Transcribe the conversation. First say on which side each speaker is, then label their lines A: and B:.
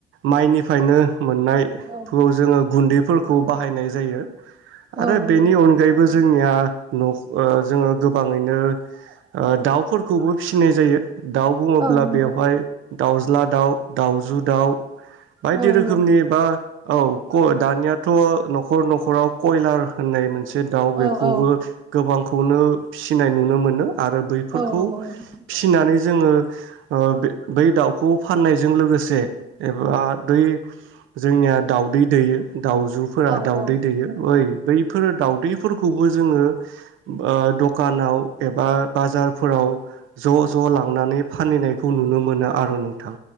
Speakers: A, on the right (about 80°); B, on the right (about 25°).
A: माइनिफ्रायनो मोननाय
B: औ
A: फु जोङो गुन्दै फोरखौ बाहायनाय जायो आरो
B: औ नंगौ
A: बेनि अनगायैबो जोंनिया न' ओ जोङो गोबाङैनो ओ दाउफोरखौबो फिसिनाय जायो दाउ बुङोब्ला
B: औ नंगौ
A: बेवहाय दाउज्ला दाउ दाउजु दाउ बायदि
B: औ
A: रोखोमनि
B: नंगौ
A: बा औ खु दानियाथ' न'खर न'खराव कयलार होननाय मोन मोनसे दाउ बेखौबो
B: औ औ
A: गोबां खौनो फिसिनाय नुनो मोनो आरो बैफोरखौ
B: औ नंगौ नोंथां
A: फिनानै जोङो बै दाउखौ फाननायजों लोगोसे एबा बे जोंनिया दाउदै दैयो दाउजुफोरा
B: औ
A: दाउदै
B: औ
A: दैयो ओइ बैफोर दाउदैफोरखौबो जोङो ओ दखानाव एबा बाजारफोराव ज' ज' लांनानै फानहैनायखौ नुनो मोनो मोना आरो नोंथां।